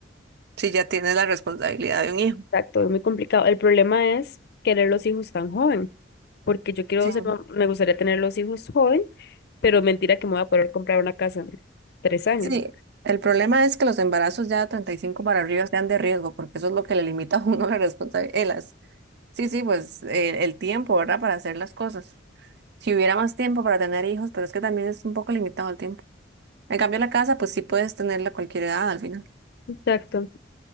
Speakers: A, on the right; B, on the left.
A: Si ya tienes la responsabilidad de un hijo.
B: Exacto, es muy complicado. El problema es querer los hijos tan joven, porque yo quiero
A: sí.
B: ser, mam- me gustaría tener los hijos joven, pero mentira que me voy a poder comprar una casa en tres años.
A: Sí, el problema es que los embarazos ya de 35 para arriba sean de riesgo, porque eso es lo que le limita a uno <laughs> la responsabilidad. Sí, sí, pues eh, el tiempo, ¿verdad? Para hacer las cosas. Si hubiera más tiempo para tener hijos, pero es que también es un poco limitado el tiempo. En cambio, la casa, pues sí puedes tenerla a cualquier edad al final.
B: Exacto.